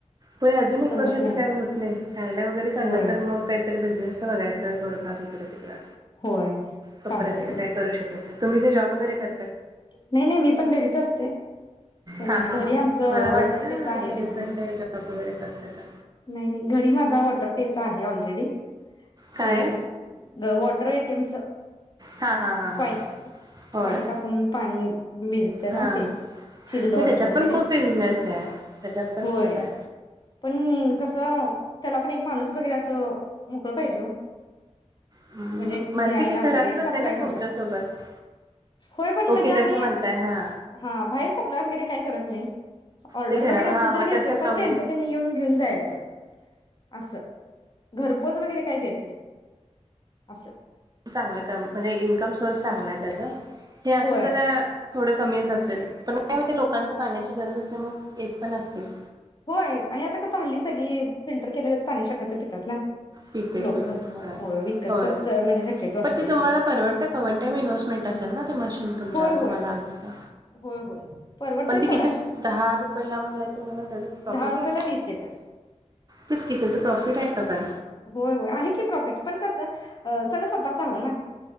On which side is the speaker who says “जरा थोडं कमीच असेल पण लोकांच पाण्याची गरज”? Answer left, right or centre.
Right